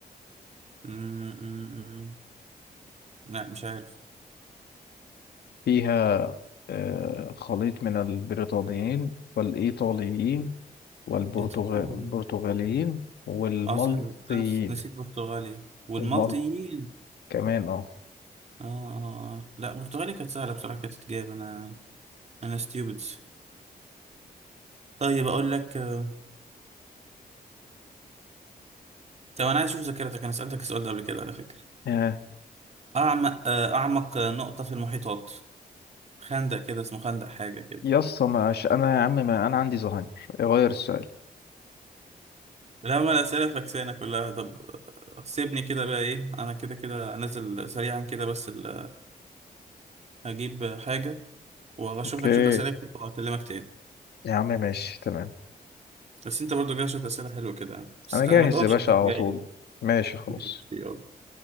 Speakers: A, on the right; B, on the left.
A: م- م- م. لا مش عارف
B: فيها آه، خليط من البريطانيين والإيطاليين والبرتغاليين
A: ايطالي
B: والمالطيين
A: اه صح انا نس- نسيت برتغاليا والمالطيين
B: والمال كمان اه
A: اه آه، آه. لا برتغاليا كانت سهلة بصراحة كانت تتجاب انا انا ستيوبد طيب اقول لك آه، طب انا عايز اشوف ذاكرتك انا سالتك السؤال ده قبل كده على فكره
B: يا
A: اعمق آه، اعمق نقطه في المحيطات خندق كده اسمه خندق حاجه كده
B: يا اسطى مش انا يا عم ما انا عندي زهايمر غير السؤال
A: لا ما الاسئله فكسانه كلها طب آه، سيبني كده بقى ايه انا كده كده نازل سريعا كده بس ال- هجيب حاجه واشوف
B: اوكي
A: لك شويه اسئله كده واكلمك تاني
B: يا عم ماشي تمام
A: بس انت برضو جاي شويه اسئله حلوه كده يعني. بس
B: انا
A: خ-
B: جاهز
A: ما تقومش
B: يا باشا
A: من
B: على
A: جاي
B: طول
A: دي
B: ماشي خلاص
A: ماشي، يلا.